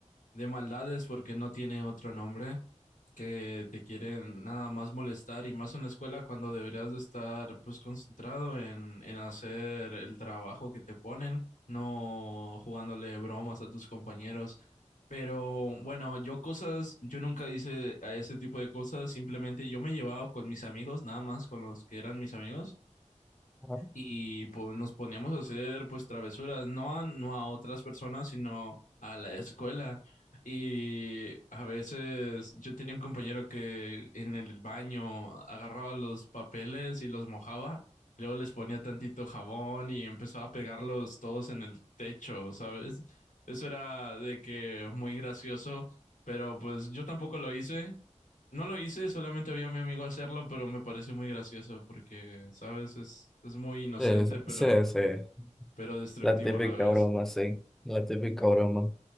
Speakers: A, on the left (about 90°); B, in the centre.
A: de maldades porque no tiene otro nombre, que te quieren nada más molestar y más en la escuela cuando deberías de estar pues concentrado en, en hacer el trabajo que te ponen, no jugándole bromas a tus compañeros. Pero bueno, yo cosas, yo nunca hice a ese tipo de cosas, simplemente yo me llevaba con mis amigos, nada más con los que eran mis amigos
B: Ajá.
A: y pues nos poníamos a hacer pues travesuras, no a, no a otras personas, sino a la escuela. Y a veces yo tenía un compañero que en el baño agarraba los papeles y los mojaba, luego les ponía tantito jabón y empezaba a pegarlos todos en el techo, ¿sabes? Eso era de que muy gracioso, pero pues yo tampoco lo hice no lo hice, solamente vi a mi amigo hacerlo, pero me pareció muy gracioso porque, sabes, es, es muy inocente,
B: Sí,
A: pero,
B: sí, sí, sí.
A: pero destructivo
B: la típica
A: a la vez.
B: broma, sí, la típica broma.